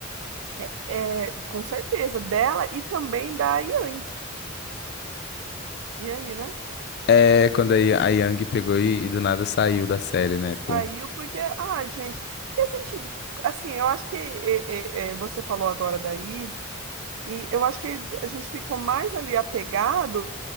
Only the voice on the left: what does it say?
É, quando a, a Yang pegou e, e do nada saiu da série, né? Ficou.